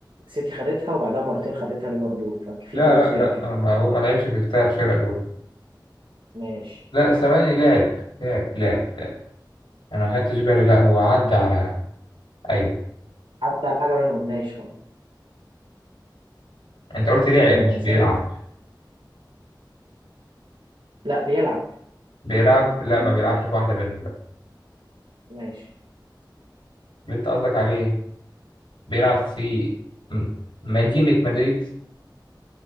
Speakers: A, on the right; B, on the left.
A: سيتي خدتها وبعدها مرتين خدتها ليفربول ففي
B: لا
A: ثلاث
B: لا
A: فرق
B: لا
A: كده
B: هو ما هو ما لعبش في الثلاث فرق دول
A: ماشي
B: لا ثواني لعب لعب لعب لعب. انا ما خدتش بالي لا هو عدى على ايوه
A: عدى على حاجة منهم ماشي خلاص
B: انت قلت لعب
A: آه
B: مش
A: اسأل
B: بيلعب
A: انت لا بيلعب
B: بيلعب لا ما بيلعبش في واحده منهم لا
A: ماشي
B: اللي انت قصدك عليه بيلعب في م- مدينه مدريد